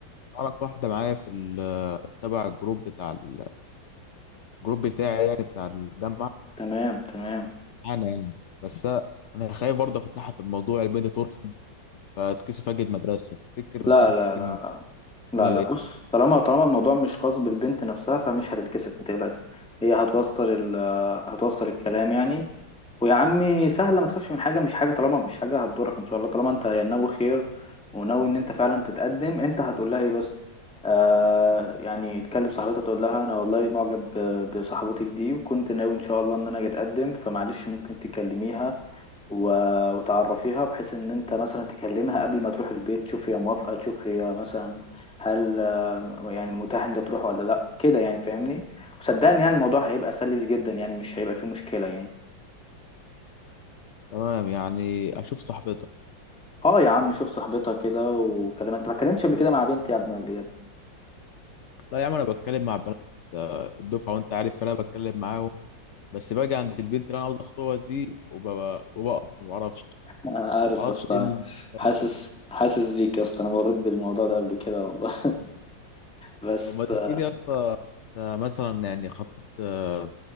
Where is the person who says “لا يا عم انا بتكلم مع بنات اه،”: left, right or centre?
Left